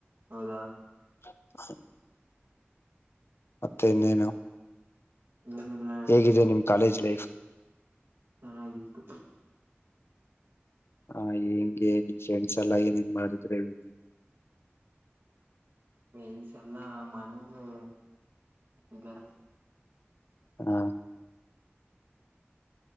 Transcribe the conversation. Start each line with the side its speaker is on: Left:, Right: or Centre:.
Right: ಹೌದಾ
Left: <unintelligible> ಮತ್ತೆ ಇನ್ನೇನು
Right: ಏನೆಲ್ಲಾ ಹೇಳ್ಬೇಕು
Left: ಹೇಗಿದೆ ನಿಮ್ ಕಾಲೇಜ್ ಲೈಫ್
Right: ಚೆನ್ನಾಗಿತ್ತು
Left: ಹಾ ಹೆಂಗೆ ನಿನ್ ಫ್ರೆಂಡ್ಸ್ ಎಲ್ಲಾ ಏನ್ ಏನ್ ಮಾಡಿದ್ರ ಹೇಳಿ
Right: ಮೆನ್ಸ ಎಲ್ಲಾ ಮನೇಲಿ ಇದಾರೆ
Left: ಹಾ